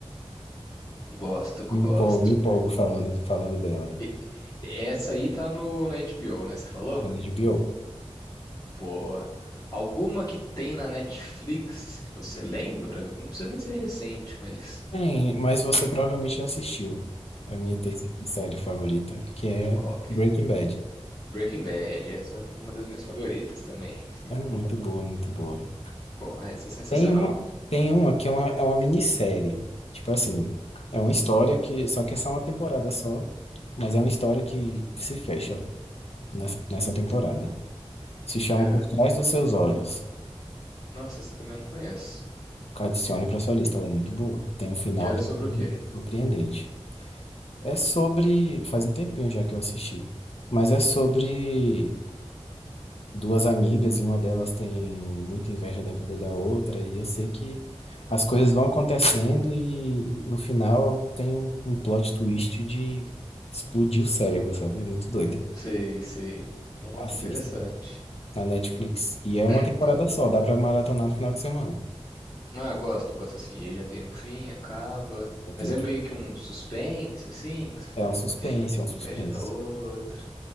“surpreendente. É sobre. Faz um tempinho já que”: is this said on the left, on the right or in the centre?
Left